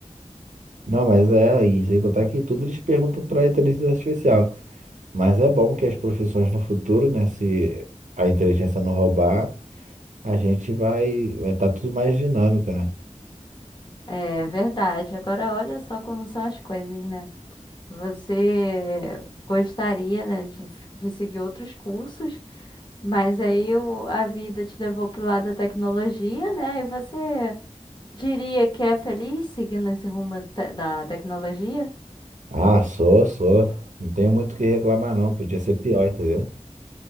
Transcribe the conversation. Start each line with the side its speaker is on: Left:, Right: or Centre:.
Right: Não, mas é aí, sem contar que tudo eles perguntam para a inteligência artificial. Mas é bom que as profissões no futuro, né, se a inteligência não roubar, a gente vai vai estar tudo mais dinâmico, né?
Left: É verdade. Agora olha só como são as coisas, né? Você gostaria, né, de, de seguir outros cursos, mas aí o- a vida te levou pro lado da tecnologia, né? E você Diria que é feliz seguindo esse rumo te- da tecnologia?
Right: Ah, sou, sou. Não tenho muito o que reclamar, não. Podia ser pior, entendeu?